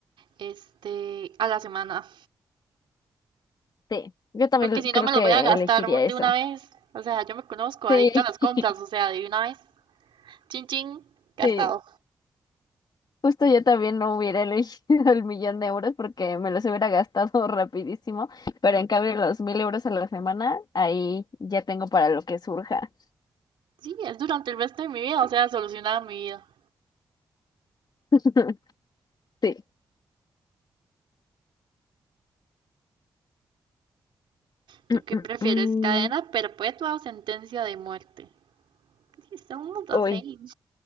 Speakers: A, on the right (about 80°); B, on the left (about 55°).
A: este, a la semana.
B: Sí, yo también
A: Porque si
B: creo
A: no me los
B: que
A: voy a gastar
B: elegiría
A: de
B: eso.
A: una vez. O sea, yo me conozco, adicta
B: Sí,
A: a las compras,
B: <laughs>
A: o sea, de una vez. Chin chin, gastado.
B: sí. Justo yo también no hubiera elegido <laughs> el millón de euros porque me los hubiera gastado <laughs> rapidísimo, pero en cambio los mil euros a la semana, ahí ya tengo para lo que surja.
A: Sí, es durante el resto de mi vida, o sea, solucionada mi vida.
B: <laughs> Sí.
A: ¿Tú
B: Mm,
A: qué
B: mm,
A: prefieres?
B: mm.
A: ¿Cadena perpetua o sentencia de muerte? Sí, somos the
B: Uy,
A: same.